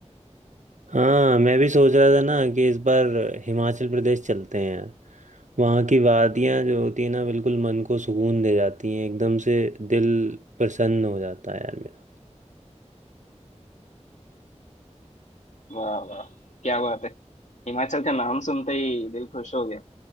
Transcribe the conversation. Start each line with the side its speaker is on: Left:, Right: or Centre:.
Right: हाँ मैं भी सोच रहा था ना कि इस बार हिमाचल प्रदेश चलते हैं यार वहाँ की वादियाँ जो होती है ना बिल्कुल मन को सुकून दे जाती हैं एकदम से दिल प्रसन्न हो जाता है यार मेरा
Left: वाह वाह क्या बात है हिमाचल का नाम सुनते ही दिल खुश हो गया